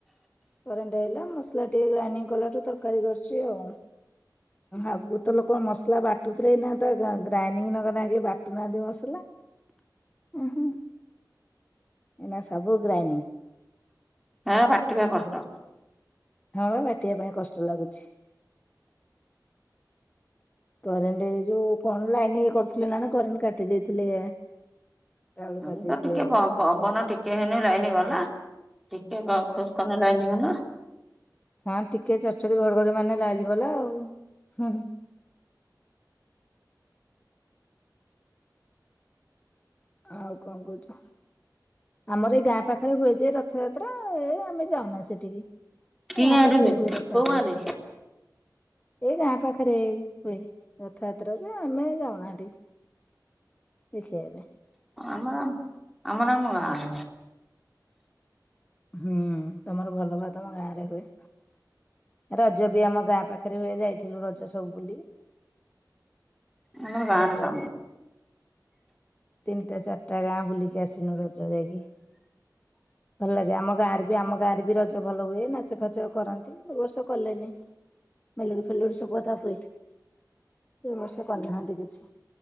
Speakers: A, on the left; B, in the centre.
A: କରେଣ୍ଟ ଆଇଲା, ମସଲା ଟିକେ ଗ୍ରାଇଣ୍ଡିଙ୍ଗ କଲାଠୁ ତରକାରୀ କରୁଛି ଆଉ। ଆଗକୁ ତ ଲୋକ ମସଲା ବାଟୁଥିଲେ, ଏଇନା ତ ଗା ଗ୍ରାଇଣ୍ଡିଙ୍ଗ ନକଲେ ଆକେହି ବାଟୁନାହାନ୍ତି ମସଲା ଉ ହୁଁ। ଏଇନା ସବୁ ଗ୍ରାଇଣ୍ଡିଙ୍ଗ।
B: ଏ ବାଟିିବା କଷ୍ଟ।
A: ହଁ ବା ବାଟିବା ପାଇଁ କଷ୍ଟ ଲାଗୁଛି। କରେଣ୍ଟ ଯୋଉ କଣ ଲାଇନ ଇଏ କରୁଥିଲେ ନା କଣ କରେଣ୍ଟ କାଟି ଦେଇଥିଲେ। ଟା ବେଳୁ
B: ହୁଁ
A: କାଟି
B: ତ
A: ଦେଇଥିଲେ
B: ଟିକେ
A: ଇଆଡେ।
B: ପ ପବନ ଟିକେ ହେନେ ଲାଇନ ଗଲା ଟିକେ ଗ ଖୋଜ କପାଇଁ ଲାଇନି ଗଲା।
A: ହଁ ଟିକେ ଚଡଚଡି ଘଡଘଡି ମାଇନେ ଲାଇନି ଗଲା ଆଉ ହୁଁ। ଆଉ କଣ କହୁଛ? ଆମର ଏଇ ଗାଁ ପାଖରେ ହୁଏ ଯେ ରଥଯାତ୍ରା ଏ ଆମେ ଯାଉନା ସେଠିକି।
B: କି
A: ଗାଁ
B: ଗାଁରେ
A: ପାଖରେ ହୁଏ
B: କୋଉ
A: ରଥଯାତ୍ରା।
B: ଗାଁରେ?
A: ଏଇ ଗାଁ ପାଖରେ ହୁଏ। ରଥଯାତ୍ରା ଯେ ଆମେ ଯାଉନା ହେଟିକି। ସିଖେଇବେ।
B: ଆମର ଆମର ଗାଁ ଆଡେ ହୁଏ।
A: ହୁଁ ତମର ଭଲ ବା ତମ ଗାଁ ରେ ହୁଏ। ରଜ ବି ଆମ ଗାଁ ପାଖରେ ହୁଏ ଯାଇଥିଲୁ ରଜ ସବୁୁଲି।
B: ଆମର ଗାଁରେ
A: ରଜ
B: ସବୁ।
A: ତିନିଟା ଚାରିଟା ଗାଁ ବୁଲିକି ଆସିନୁ ରଜ ଯାଇକି ଭଲ ଲାଗେ ଆମ ଗାଁରେ ବି ଆମ ଗାଁରେ ବି ରଜ ଭଲ ହୁଏ ନାଚ ଫାଚ କରନ୍ତି ଏ ବର୍ଷ କଲେନି। ମେଲୋଡି ଫେଲୋଡି ସବୁ କଥା ହୁଏ ଏ ବର୍ଷ କରିନାହାନ୍ତି କିଛି।